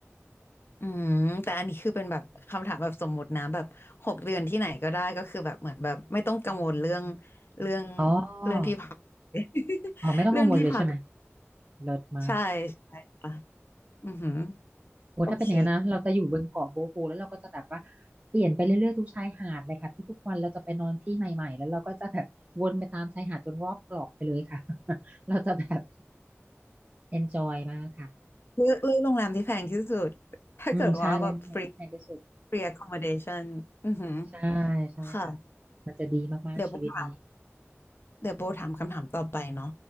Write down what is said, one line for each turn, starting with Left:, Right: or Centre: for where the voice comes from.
Left: อืมแต่อันนี้คือเป็นแบบคำถามแบบสมมุตินะแบบหกเดือนที่ไหนก็ได้ก็คือแบบเหมือนแบบไม่ต้องกังวลเรื่องเรื่อง
Right: อ๋อ
Left: เรื่องที่พัก <laughs>
Right: อ๋อไม่ต้องกังวลเลยใช่ไหม
Left: เรื่องที่พัก
Right: เลิศมาก
Left: ใช่ใช่ค่ะอือหือ
Right: โอ้ถ้าเป็นอย่างนั้นนะเราจะอยู่บนเกาะโบโฮแล้วเราก็จะแบบว่า
Left: โอเค
Right: เปลี่ยนไปเรื่อยๆทุกชายหาดเลยค่ะทุกๆวันเราจะไปนอนที่ใหม่ๆแล้วเราก็จะแบบวนไปตามชายหาดจนรอบเกาะไปเลยค่ะ <laughs> เราจะแบบ enjoy มากค่ะ
Left: เลือกเลือกโรงแรมที่แพงที่สุดถ้าเกิดว่าแบบฟรี
Right: อืมใช่แล้วงานที่แพงที่สุด
Left: free accommodation อือหือ
Right: ใช่ใช่ค่ะ
Left: ค่ะ
Right: มันจะดีมากๆชีวิตนี้
Left: เดี๋ยวบุมถาม เดี๋ยวโบถามคำถามต่อไปเนาะ